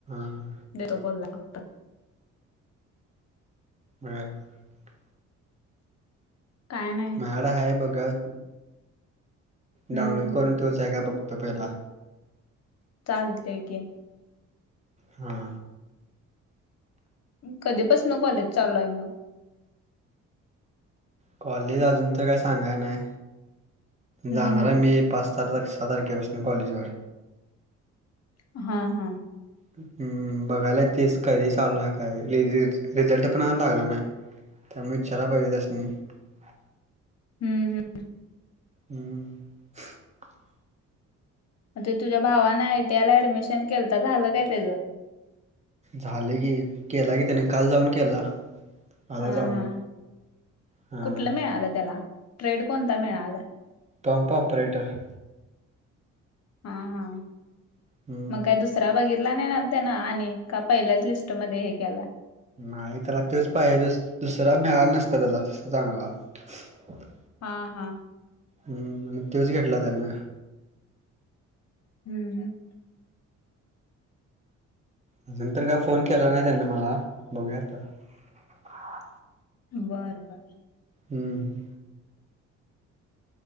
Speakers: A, on the right (about 20°); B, on the left (about 55°).
A: हा
B: देेतो बोलतो.
A: म काय कर
B: काय नाही
A: माझ्याकडे हाय बघुया.
B: हम्म
A: डाउनलोड
B: हम्म
A: करून तोच हाय काय बघतो जरा.
B: चालतेय की.
A: हा.
B: कधीपसन कॉलेज चालू आहे मग?
A: कॉलेज अजून तर काय सांगाय नाय
B: हम्म
A: जाणार
B: हम्म
A: आहे मी एक पस सात तारख सात तारखे पसन कॉलेजवर.
B: हा, हा.
A: हम्म, बघायला तेच कधी चालू आहे काय? रिजेट रिझल्ट पण अजून लागला नाही. त्यामूळ विचाराय पाहिजे त्यास्नी. <inaudible>
B: हम्म, हम्म.
A: हम्म. <inaudible>
B: मग ते तुझ्या भावान आ य टी आय ला ऍडमिशन केलता झालं काय त्याच.
A: झाल की केला की त्याने काल जाऊन केला. आला
B: हा
A: जाऊन
B: हा <inaudible>
A: हां
B: कुठलं मिळालं त्याला ट्रेड कोणता मिळाला?
A: Pump operator.
B: हा हा
A: हम्म,
B: मग काय दुसऱ्या बागित. ला नाही त्या ना आणि का पहिल्याच लिस्टमध्ये हे केला.
A: नाही त्याला तोच पाहिजे दुसरा मिळाला नसता त्याला त चांगला. <inaudible>
B: हा, हा.
A: हम्म तोच घेतला त्यांना.
B: हम्म, हम.
A: अजून तर काय फोन केला नाही त्यांन मला बघूया आता. हा.
B: बर बर.
A: हम्म.